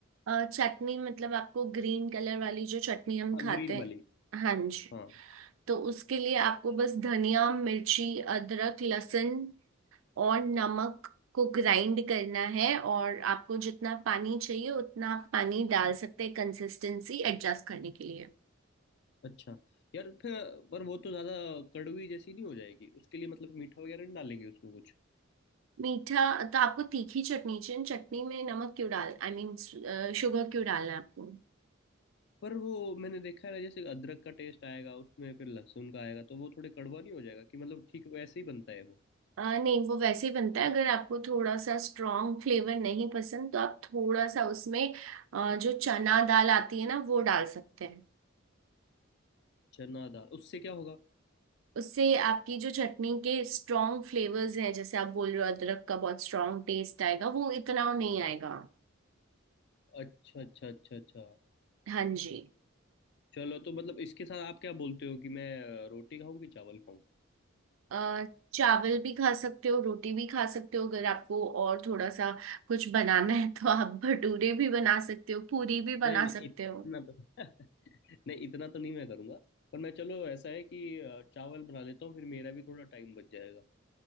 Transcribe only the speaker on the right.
अ, चटनी मतलब आपको ग्रीन कलर वाली जो चटनी हम
खाते
हैं
हाँ जी
तो उसके लिए आपको बस धनिया मिर्ची अदरक लहसुन और नमक को ग्राइंड करना है और आपको जितना पानी चाहिए उतना आप पानी डाल सकते हैं कंसिस्टेंसी एडजस्ट करने के लिए
मीठा तो आपको तीखी चटनी चाहिए चटनी में नमक क्यों डाल आई मीन शुगर क्यों डालना है आपको
अ, नहीं वो वैसे ही बनता है अगर आपको थोड़ा सा स्ट्रॉन्ग फ्लेवर नहीं पसंद तो आप थोड़ा सा उसमें अ, जो चना दाल आती है ना वो डाल सकते हैं
उससे आपकी जो चटनी के स्ट्रॉन्ग फ्लेवर्स हैं जैसे आप बोल रहे हो अदरक का बहुत स्ट्रॉन्ग टेस्ट आएगा वो इतना नहीं आएगा
हाँ जी
अ, चावल भी खा सकते हो रोटी भी खा सकते हो अगर आपको और थोड़ा सा कुछ बनाना है तो आप भटूरे भी बना सकते हो पूरी भी बना
सकते
हो